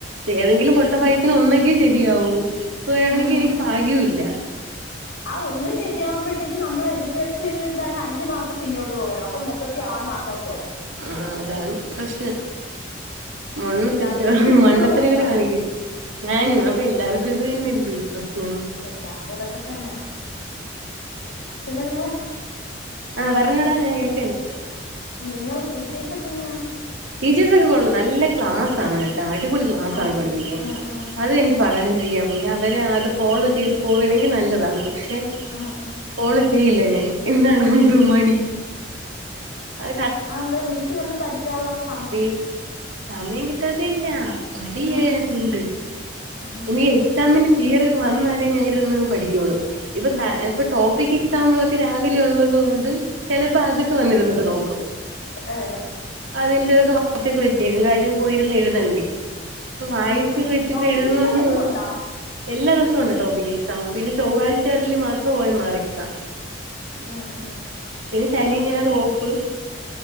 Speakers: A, on the right (about 85°); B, on the left (about 70°).
A: ഏതെങ്കിലും പൊട്ടഭാഗൃത്തിന് ഒന്നെങ്കി ശരിയാവൂ ഇപ്പൊ ആണെങ്കി
B: ഉം
A: എനിക്ക് ഭാഗ്യോ ഇല്ല
B: ആ ഒന്ന് ശരിയാവുംമ്പഴ്ത്തേക്കും നമ്മളെഴുതി വെച്ചേൽ തന്നെ അഞ്ച് മാർക്ക് പിന്നോട്ട് പോവയാണ് അപ്പൊ മൊത്തത്തി ആറ് മാർക്ക് ട്ടങ്ങ് കൊറയും
A: ആ അതാണ് പ്രശ്നം മൊണ്ണത്തെറ്റുകളും
B: ഇതാണ് എനിക്ക് ഇപ്പോഴും
A: മണ്ടത്തെരങ്ങള്
B: ഉള്ളത് ഇതാ
A: കാണിക്കും ഞാനും അപ്പൊ എല്ലാർക്കും ഇത് തന്നെല്ലേ പ്രശ്നം
B: എല്ലാർക്കും ഇതൊക്കെ തന്നാ പിന്ന നിങ്ങള്
A: ആഹ് പറഞ്ഞോടാ ഞാൻ കേക്കനെ
B: നിങ്ങൾ ടീച്ചേഴ്സക്കെ എങ്ങനാ
A: ടീച്ചേഴ്സ് ഒക്ക കൊള്ളാം നല്ല ക്ലാസ്സാണ് കേട്ടാ അടിപൊളി ക്ലാസാണ്
B: ആ
A: പഠിപ്പിക്കാൻ
B: ആ ആ
A: അത് എനിക്ക് പറയാണ്ടിരിക്കൻ വയ്യ അവര് അത് ഫോളോ ചെയ്ത് പോവണെങ്കി നല്ലതാണ് പക്ഷെ.
B: ആ ആ
A: പോള ചെയ്യില്ല ഞാൻ എന്താണ് എന്തു മടി. അത്
B: ആഹ് ന്താ വീട്ടി വന്ന് പഠിക്കാലോസ്.
A: വീ സമയം കിട്ടാതെയല്ല മടിയായതുണ്ട്.
B: ആ ആ
A: എനി എക്സാമിന്റെ ഫിയറൊക്കെ വന്നാലേ ഞര്ന്ന് പഠിക്കോളൂ ഇപ്പ
B: ആ
A: സ
B: ആ
A: ഇപ്പ ടോപ്പിക്ക്. സമ്മളൊക്കെ രാവിലെ ഉള്ളത് കൊണ്ട് ചെലപ്പോ അതൊക്കെ വന്നിരുന്നൊക്കെ നോക്കും.
B: ആഹ്.
A: അതിന്റെ ഒക്കെ വകൊക്കെ വെച്ചേക്കും കാര്യം പോയിരുന്ന് എഴുതണ്ടേ. പ്പൊ വായിച്ചൊക്കെ
B: ആ
A: വെച്ചിട്ട്
B: ടോപ്പിക്
A: എഴുതുന്നൊണ്ട്.
B: എക്സാം എന്നും ഉണ്ടോ
A: എല്ലാ ദിവസു ഉണ്ട് ടോപ്പിക് എക്സാം പിന്നെ ചൊവ്വാഴ്ചകളിൽ മാത്രം ഓയി മാർ എക്സാം.
B: ആഹ് ആഹ്.
A: പിന്നെ ശനി ഞായർ ഓഫ്.